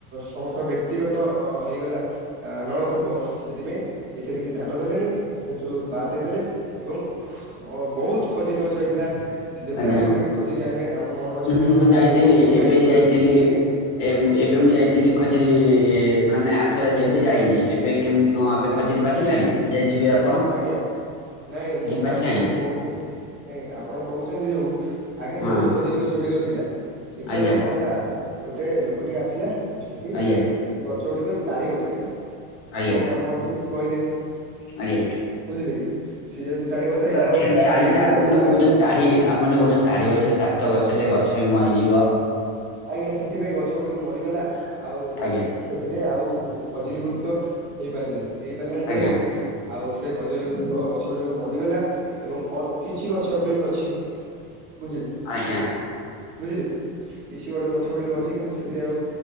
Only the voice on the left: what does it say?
ଆଜ୍ଞା।
ଉଁ ହୁଁ
ଯାଇଥିଲି
ଏବେ
ଯାଇଥିଲି।
ଏ ଏବେ ମୁଁ ଯାଇଥିଲି ଖଜୁରୀ ଏ ମାନେ ଆରଥର ଯାଇଥିଲି ଏବେ ଯାଇନି ଏବେ କେମିତି କଣ ଏବେ ଖଜୁରୀ ପାଚିଲାଣି ଯାଇଥିବେ ଆପ
ପାଚିଲାଣି
ହଁ
ଆଜ୍ଞା
ଆଜ୍ଞା
ଆଜ୍ଞା
ଆଜ୍ଞା
ତାଡି ତି
ଆପଣ
ଯୋଉ
କହୁଛନ୍ତି ତାଡି। ଆପଣ ଯୋଉ କହୁଛନ୍ତି ତାଡି ବସିଲେ ତାତ ବସିଲେ ଗଛ ବି ମରିଯିବ।
ଆଜ୍ଞା
ଆଜ୍ଞା
ଆଜ୍ଞା